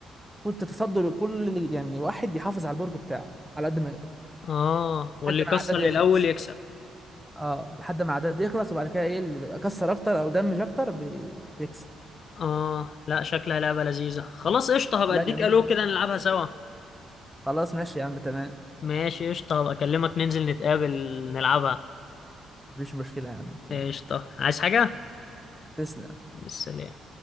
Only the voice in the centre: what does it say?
المفروض تتصدر كل اللي- يعني واحد يحافظ على البرج بتاعه على قد ما يقدر
لحد
ما العداد
يخلص
اه لحد ما العداد يخلص وبعد كده ايه اللي بيبقى كسر اكتر او دمج اكتر بي... بيكسب
لا
جميل
آه.
خلاص ماشي يا عم تمام
مفيش مشكلة يا عم يلا
تسلم